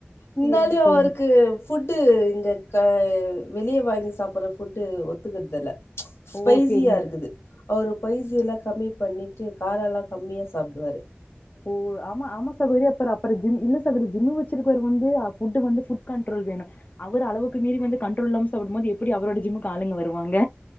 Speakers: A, on the left; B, on the left.
A: இந்தாலயு
B: சேரிங்க சேரிங்க
A: அவருக்கு ஃபுட்டு இங்கக வெளிய வாங்கி சாப்புற ஃபுட்டு ஒத்துக்கறதில்ல ஸ்பைசியா
B: ஓ சேரிங்க
A: இருக்குது அவரு பைசி எல்லா கம்மி பண்ணிட்டு காரலா கம்மியா சாப்டுவாரு
B: ஓ ஆமா ஆமா சகோதரி அப்பற அப்பற ஜிம் இல்ல சகோதரி ஜிம்மு வச்சிருக்கவருக்கு வந்து ஃபுட்டு வந்து ஃபுட் கண்ட்ரோல் வேணு அவர் அளவுக்கு மீறி வந்து கண்ட்ரோல் இல்லாம சாப்டும்போது எப்டி அவரோட ஜிம்முக்கு ஆளுங்க வருவாங்க